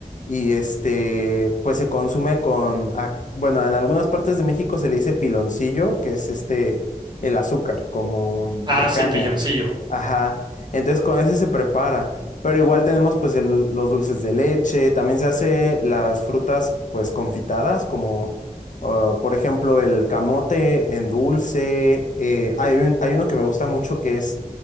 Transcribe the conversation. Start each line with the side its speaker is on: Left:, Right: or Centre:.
Left: y este, pues se consume con, ah, bueno, en algunas partes de México se le dice piloncillo, que es este, el azúcar, como
Right: Ah,
Left: de
Right: sí,
Left: caña.
Right: el pilloncillo.
Left: Ajá. Entonces con ese se prepara. Pero igual tenemos pues el- los dulces de leche, también se hace las frutas pues confitadas, como Ah, por ejemplo, el camote en dulce. eh, hay un- hay uno que me gusta mucho que es